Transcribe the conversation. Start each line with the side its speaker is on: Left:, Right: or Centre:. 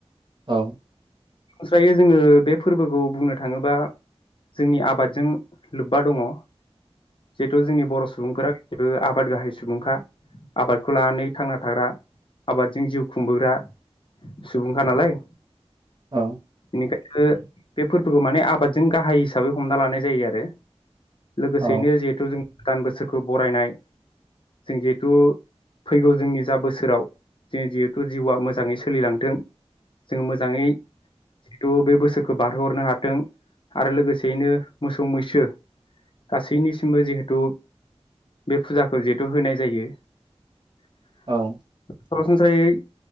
Right: औ
Left: स्रायो जोङो बे फोरबोखौ बुंनो थाङोबा जोंनि आबादजों लोब्बा दङ जिहेथु जोंनि बर' सुबुंफोरा जेबो आबाद गाहाय सुबुंखा आबादखौ लानानै थांना थाग्रा आबादजों जिउ खुंबोग्रा सुबुंखा नालाय
Right: औ।
Left: बेखायनो बे फोरबोखौ माने आबादजों गाहाय हिसाबै हमना लानाय जायो आरो। लोगोसेयैनो
Right: औ
Left: जिहेथु जों गोदान बोसोरखौ बरायनाय जों जिहेथु फैगौ जोंनि जा बोसोराव जो जिहेथु जिउआ मोजाङै सोलिलांथों जोङो मोजाङै जिहेथु बे बोसोरखौ बारहोहरनो हाथों आरो लोगोसेयैनो मोसौ मैसो गासैनिसिमबो जिहेथु बे फुजाखौ जिहेथु होनाय जायो। सरासनस्रायै
Right: औ